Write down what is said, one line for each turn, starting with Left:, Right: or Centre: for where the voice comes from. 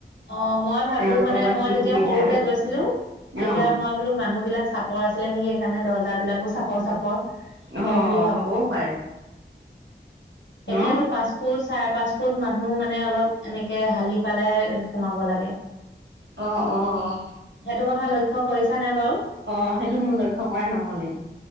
Left: অ' মই ভাবো
Right: তেওঁলোকৰ
Left: মানে
Right: বা
Left: মই
Right: কি
Left: যেতিয়া
Right: সুবিধা
Left: সৰুতে গৈছিলো তেতিয়া
Right: অ
Left: মই বোলো মানুহ বিলাক। চাপৰ আছিলে নেকি সেইকাৰণে দৰ্জাবিলাকো চাপৰ চাপৰ
Right: অ'
Left: সেই বুলি ভাবো
Right: হ'বও পাৰে। ন
Left: এতিয়াতো পাঁচফুট চাৰে পাচ ফুট মানুহ মানে অলপ এনেকে হালি পালে। সোমাব লাগে।
Right: অ' অ'
Left: এইটো কথা লক্ষ্য কৰিছা নে বাৰু?
Right: অ' সেইটো মোৰ লক্ষ্য কৰা নহলেই